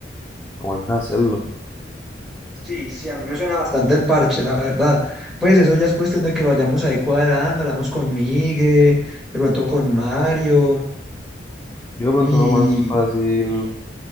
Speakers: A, on the left; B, in the centre.
A: aguanta hacerlo.
B: Sí, sí, a mí me suena bastante el parche, la verdad. Pues eso ya es cuestión de que lo vayamos ahí cuadrando, hablamos con Migue, de pronto con Mario
A: Yo de pronto
B: y
A: veo más fácil